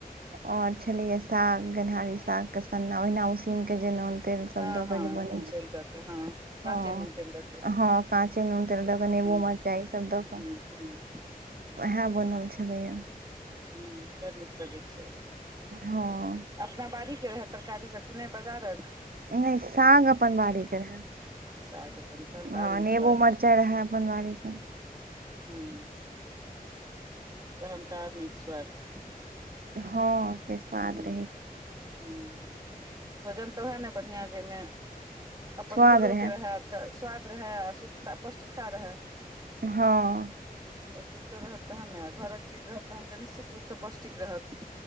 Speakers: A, on the right; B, on the right.
A: आओर छलियए साग गन्हारी साग सन्ना ओहिना उसिनके जे नून तेल सब
B: हँ
A: दऽ
B: हँ हँ
A: कऽ जे
B: नून
A: बनै छै
B: तेल दऽ कऽ हँ काँचे
A: हँ
B: नून तेल दऽ कऽ
A: हँ काँचे नून तेल दऽ कऽ नेबू
B: हूँ
A: मरचाइ ईसभ दऽ कऽ
B: हूँ <inaudible>
A: उहै बनल छलैय
B: ह बड़ नीक लगै छै
A: हँ
B: अपना बाड़ी के रहै तरकारी सब किनै बाजारक
A: नय साग अपन बाड़ी के रहै
B: साग अपन तहन तऽ आर नीक
A: नेबो
B: स्वाद
A: मर चाइ रहै अपन बाड़ीक के
B: हं तहन तार्मिक स्वाद <unintelligible>
A: हँ से स्वाद
B: हूँ
A: रहै छै
B: हूँ भोजन तऽ ओएह ने बढ़िआँ जइमे अपन
A: स्वाद
B: घरोके
A: रहै
B: रहय तऽ स्वाद रहय शुद्धता पौष्टिकता रहै
A: हँ
B: पौष्टिक तो रहत ने घरक चीज रहतहन तऽ निश्चित रूपसँ पौष्टिक रहत